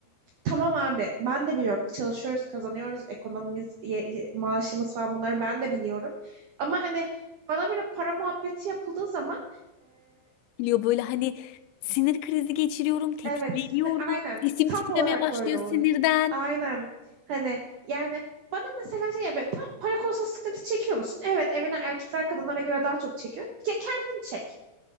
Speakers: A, on the right; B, on the left.
A: tamam abi ben de biliyorum çalışıyoruz kazanıyoruz ekonomimiz ye- ye- maaşımız falan bunları ben de biliyorum. Ama hani bana böyle para muhabbeti yapıldığı zaman
B: Biliyor böyle hani sinir krizi geçiriyorum, tetikleniyorum,
A: Evet, sinir- aynen.
B: sesim
A: Tam
B: titremeye
A: olarak
B: başlıyor
A: öyle oluyor.
B: sinirden.
A: Aynen. Hani yani bana mesela şey yapıyor. Tam para konusunda sıkıntı çekiyor musun? Evet, evine erkekler kadınlara göre daha çok çekiyor. Ke kendin çek.